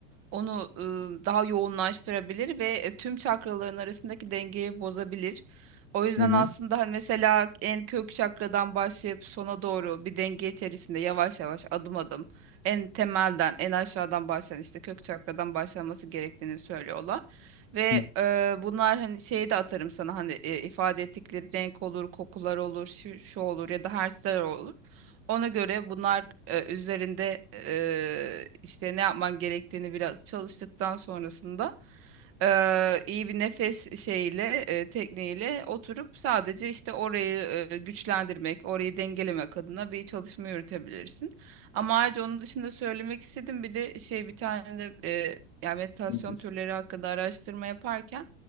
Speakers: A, on the right (about 35°); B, on the left (about 30°).
A: onu ıı, daha yoğunlaştırabilir ve e, tüm çakraların arasındaki dengeyi bozabilir. O yüzden
B: Hı hı.
A: aslında hani mesela en kök çakradan başlayıp sona doğru bir denge içerisinde yavaş yavaş adım adım en temelden en aşağıdan başlayan işte kök çakradan başlanması gerektiğini söylüyorlar. Ve
B: Hı
A: e, bunlar hani şeyi de atarım sana hani e, ifade ettikleri renk olur, kokular olur, şu, şu olur ya da harfler olur. Ona göre bunlar e, üzerinde e, işte ne yapman gerektiğini biraz çalıştıktan sonrasında e, iyi bir nefes şeyiyle, e, tekniğiyle oturup sadece işte orayı e, güçlendirmek, orayı dengelemek adına bir çalışma yürütebilirsin. Ama ayrıca onun dışında söylemek istedim bir de şey bir tane de e, yani meditasyon
B: Nedir?
A: türleri hakkında araştırma yaparken